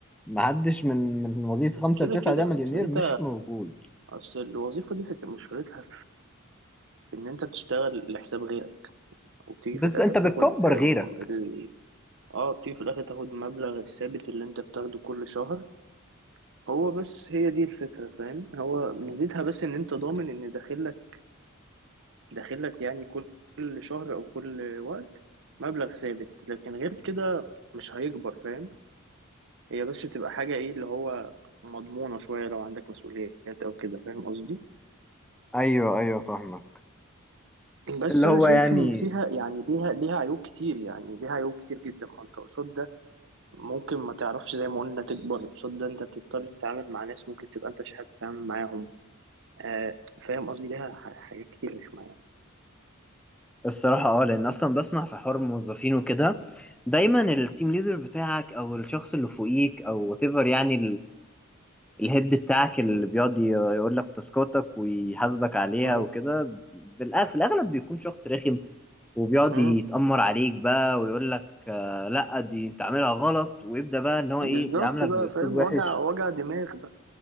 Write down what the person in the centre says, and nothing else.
محدش من من وظيفة خمسة
لتسعة
ده مليونير
مش موجود
بس
انت
بتكبر
غيرك
ايوه ايوه فاهمك
اللي هو
يعني
الصراحة اه لأن أصلا بسمع في حوار الموظفين وكده دايما التيم ليدر بتاعك أو الشخص اللي فوقيك أو whatever يعني الهيد بتاعك اللي
بيقعد ي- يقول لك تاسكاتك ويحاسبك عليها
وكده بالأغ- في الاغلب بيكون شخص رخم وبيقعد
يتأمر عليك بقى ويقول لك آه، لا دي انت عاملها غلط ويبدأ بقى ان هو
ايه يعاملك
باسلوب
وحش